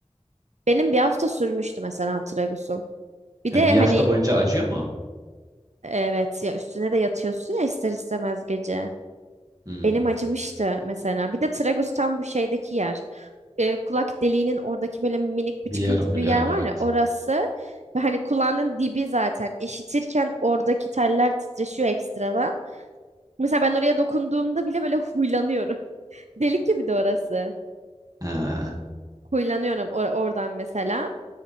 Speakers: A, on the right; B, on the right.
A: Benim bir hafta sürmüştü mesela tragusun. Bir
B: Ha,
A: de
B: bir hafta
A: hani
B: boyunca acıyor mu?
A: evet ya üstüne de yatıyorsun ya ister istemez gece.
B: Hmm.
A: Elim acımıştı mesela. Bir de tragus tam bu şeydeki yer. Ee, kulak deliğinin oradaki böyle minik
B: Biliyorum
A: bir çıkıntı gibi
B: biliyorum
A: yer var
B: evet.
A: ya orası. Ve hani kulağının dibi zaten. İşitirken oradaki teller titreşiyor ekstradan. Mesela ben oraya dokunduğumda bile böyle huylanıyorum. <laughs> Delik gibi de orası.
B: Ha.
A: Huylanıyorum or- oradan mesela.